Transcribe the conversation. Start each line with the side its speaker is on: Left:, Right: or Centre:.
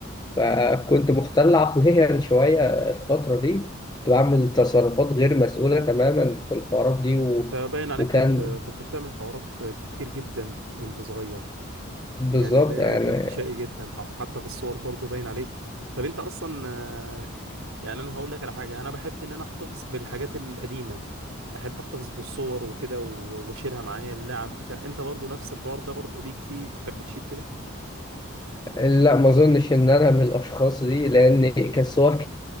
Left: فكنت مختل عقليا <laughs> شويه الفتره دي كنت بعمل تصرفات غير مسؤوله تماما في الحوارات دي و...
Right: انت باين عليك
Left: وكان
Right: كنت كنت بتعمل حوارات كتير جدا وانت صغير
Left: بالظبط
Right: يعني باين
Left: يعني
Right: عليك كنت شقي جدا ح- حتى في الصور برضه باين عليك طب انت اصلا آه، يعني انا هقول لك على حاجه انا بحب ان انا احتفظ بالحاجات القديمه احب احتفظ بالصور وكده و- واشيلها معايا اللعب بتاع انت برضه نفس الحوار ده برضه ليك فيه بتحب تشيل كده
Left: لا ما اظنش ان انا من الاشخاص دي لان كانت صور